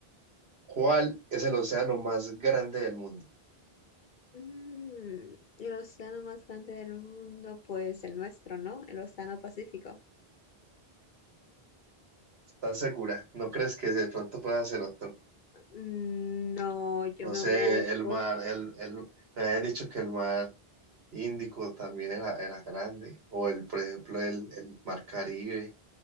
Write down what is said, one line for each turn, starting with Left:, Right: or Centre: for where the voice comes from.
Right: ¿Cuál es el océano más grande del mundo?
Left: Mm, el océano más grande del mundo, pues el nuestro, ¿no? El océano Pacífico.
Right: ¿Estás segura? ¿No crees que de pronto pueda ser otro?
Left: Mm, No, yo
Right: No
Left: me
Right: sé,
Left: voy
Right: el
Left: por...
Right: mar, el, el, me habían dicho que el mar Índico también era, era grande, o el, por ejemplo, el, el mar Caribe,